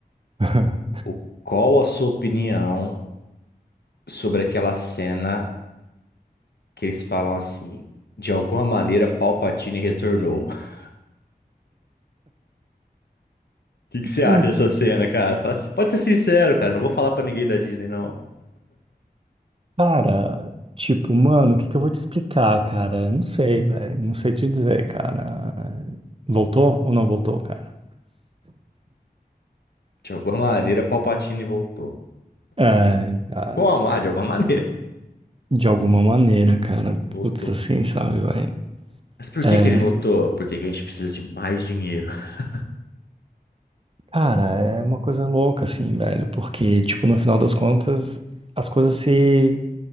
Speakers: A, on the right (about 35°); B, on the left (about 85°).
A: <laughs>
B: O, qual a sua opinião sobre aquela cena que eles falam assim, de alguma maneira Palpatine retornou? <laughs> O que que você acha
A: É.
B: dessa cena, cara? Fala- Pode ser sincero, cara, não vou falar pra ninguém da Disney, não.
A: Cara, tipo, mano, o que que eu vou te explicar, cara? Não sei, velho. Não sei te dizer, cara. Voltou ou não voltou, cara?
B: De alguma maneira Palpatine voltou.
A: É, cara.
B: Como? Ah, de alguma <laughs> maneira.
A: De alguma maneira, cara.
B: Voltou.
A: Putz, assim, sabe, velho?
B: Mas por que
A: É,
B: que ele voltou? Porque que a gente precisa de mais dinheiro. <laughs>
A: cara, é uma coisa louca, assim, velho. Porque, tipo, no final das contas, as coisas se.